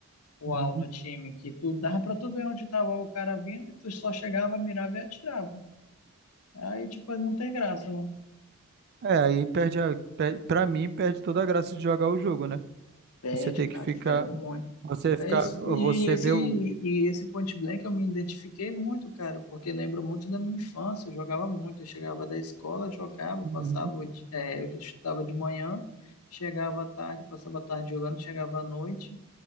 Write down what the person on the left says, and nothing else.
O
UAU no time, que tu dava pra tu ver onde tava o cara vindo e tu só chegava, mirava e atirava. Aí, tipo, não tem graça, né?
Perde,
cara,
perde muito
É
isso.
E esse,
e
esse Point Blank eu me identifiquei muito, cara, porque lembro muito da minha infância. Eu jogava muito. Eu chegava da escola, jogava,
passava, o di- é, eu estudava de manhã, chegava à tarde, passava a tarde jogando, chegava à noite.